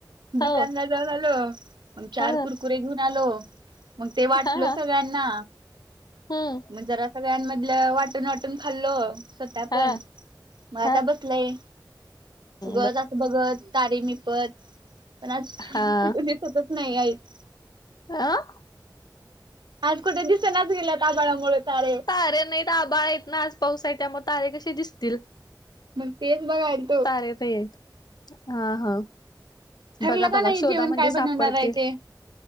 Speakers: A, on the left; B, on the right.
A: हो
B: दुकानला जाऊन आलो मग चार
A: ह
B: कुरकुरे े <unintelligible> घेऊन आलो मग ते वाटल
A: हा
B: सगळ्यांना
A: हम्म
B: मग जरा सगळ्यांमधलं वाटून वाटून खालो स्वतः
A: हा
B: पण, मग
A: हा
B: आता बसलय उगत
A: बर
B: असं बघत तारीे मिपण पण आज
A: हा
B: कुठु दिसतच नाही आहेत
A: अं
B: आज कुठे दिसनाच गेल्यात आभाळामुळे तारे
A: तारे नाहीत आबा एकना <unintelligible> आज पाऊस आहे त्यामुळे तारे कसे दिसतील
B: मग तेच बघाल
A: तारे हा हा
B: ठरलं
A: बघा बघा
B: का नाही
A: शोधा
B: जेवण
A: म्हणजे
B: काय
A: सापडतील
B: बनवणार आहे ते?